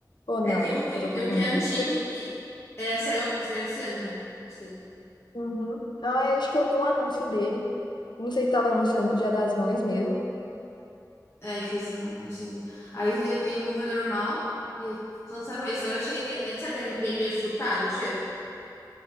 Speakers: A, on the left; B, on the left.
A: Ou
B: É,
A: não?
B: tem um que,
A: Eu tô
B: tem
A: confundindo.
B: um que é antigo, que é, saiu, ag- saiu esse ano mesmo. Gostei.
A: Uhum. Ah, eu acho que eu vi um anúncio dele. Não sei se estava anunciando pro Dia das Mães mesmo.
B: É, que eles não, não ensinam. Aí tem, tem o Nuvem Normal e eles lançaram esse. Aí eu achei que, é, sabe, é meio, meio frutado o cheiro?